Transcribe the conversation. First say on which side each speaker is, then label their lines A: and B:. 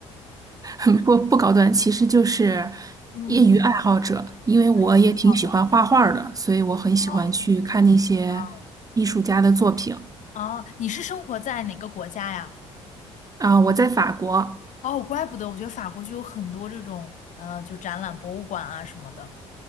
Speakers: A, on the right; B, on the left.
A: <laughs> 不不高端，其实就是
B: 嗯，
A: 业余爱好者。因为我也挺喜欢画画儿的，
B: 对，挺好的
A: 所以我很喜欢去看那些艺术家的作品。
B: 哦，哇哦，哦，你是生活在哪个国家呀？
A: 啊，我在法国，
B: 哦，怪不得，我觉得法国就有很多这种呃，就展览、博物馆啊什么的。